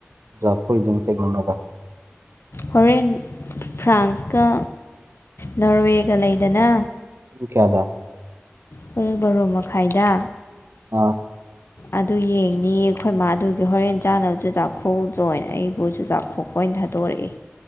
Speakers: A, on the right (about 80°); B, on the left (about 65°).
A: ꯖꯐꯣꯏꯗꯡ ꯀꯩꯗꯧꯅꯕ
B: ꯍꯣꯔꯦꯟ ꯐ꯭ꯔꯥꯟꯁꯀ ꯅꯣꯔꯋꯦꯒ ꯂꯩꯗꯅ
A: ꯇꯨꯝ ꯀꯌꯥꯗ
B: ꯄꯨꯡ ꯕꯔꯣ ꯃꯈꯥꯏꯗ
A: ꯑꯥ
B: ꯑꯗꯨ ꯌꯦꯡꯅꯤꯌꯦ ꯑꯩꯈꯣꯏ ꯃꯥꯗꯨꯒꯤ ꯍꯣꯔꯦꯟ ꯆꯥꯅꯕ ꯆꯨꯖꯥꯛ ꯈꯣꯛꯎꯗ ꯑꯣꯏꯅ ꯑꯩꯕꯨ ꯆꯨꯖꯥꯛ ꯈꯣꯛꯄ ꯑꯩꯏ ꯊꯥꯗꯣꯔꯛꯏ